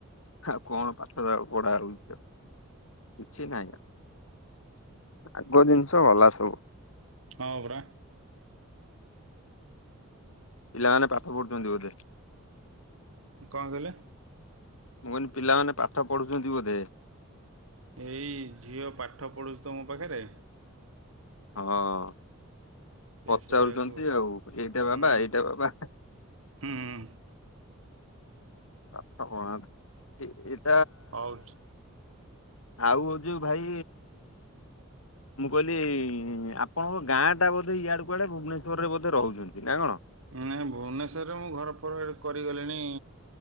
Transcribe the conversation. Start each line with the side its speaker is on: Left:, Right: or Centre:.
Left: ଆଉ କଣ ପାଠରେ ପଢା ହଉଛି, କିଛି ନାହିଁ ଆଉ। ଆଗ ଜିନିଷ ଗଲା ସବୁ।
Right: ହଁ ପରା।
Left: ପିଲାମାନେ ପାଠ ପଢୁଛନ୍ତି ବୋଧେ।
Right: କଣ କହିଲେ?
Left: ମୁଁ କହିଲି ପିଲାମାନେ ପାଠ ପଢୁଛନ୍ତି ବୋଧେ।
Right: ଏଇ ଝିଅ ପାଠ ପଢ଼ୁଛି ତ ମୋ ପାଖରେ।
Left: ହଁ।
Right: ସେ
Left: ପଚାରୁଛନ୍ତି
Right: ସେଇଆକୁ
Left: ଆଉ, ଏଇଟା
Right: ହୁଁ
Left: ବାବା ଏଇଟା ବାବା।
Right: ହୁଁ
Left: ପାଠ ପଢ଼ାନ୍ତୁ ଏ-ଏ।
Right: ହଉଛି।
Left: ଆଉ ହ ଯଉ ଭାଇ ମୁଁ କହିଲି ଆ ପଣଙ୍କ ଗାଁଟା ବୋଧେ ଏଆଡ଼େ କୁଆଡ଼େ ଭୁବନେଶ୍ୱର ରେ ବୋଧେ ରହୁଛନ୍ତି ନା କଣ?
Right: ନାଇଁ ଭୁବନେଶ୍ୱରରେ ମୁଁ ଘର ଫର ମୁଁ କରିଗଲିଣି